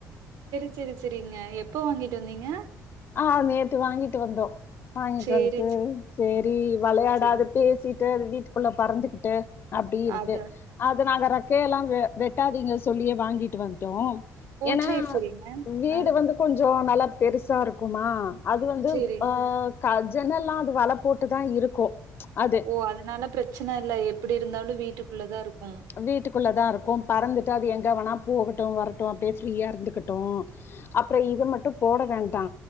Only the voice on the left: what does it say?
ஆ ஆ நேத்து வாங்கிட்டு வந்தோ வாங்கிட்டு
வந்துட்டு
செரி விளையாட
அது பே சிட்டு அது வீட்டுக்குள்ள பறந்துகிட்டு அப்டி இருக்கு
அது நாங்க ரெக்கைய எல்லா வெ வெட்டாதீங்க சொல்லியே வாங்கிட்டு வன்ட்டோ
ஏன்னா
வீடு
வந்து கொஞ்சோ நல்லா பெருசா இருக்கனு அது வந்து
அ க ஜன்னல்லா அது வள போட்டு தா இருக்கு அது
வீட்டுக்குள்ள தா இருக்கு பறந்துட்டு அது எங்கே வேணா போகட்டு வரட்டு அப்டியே ஃப்ரீயா இருந்துக்கட்டோ அப்பறோ இத மட்டு போட வேண்டா